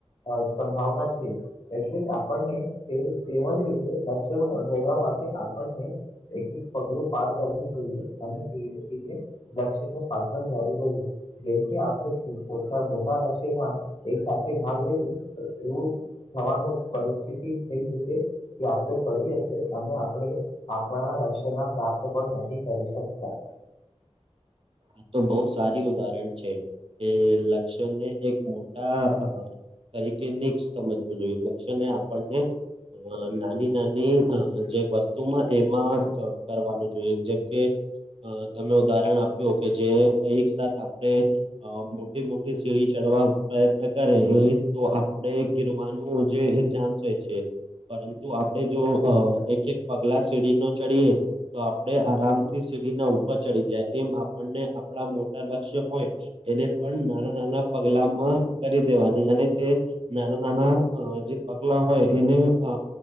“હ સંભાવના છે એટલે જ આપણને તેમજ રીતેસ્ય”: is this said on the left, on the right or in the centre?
Left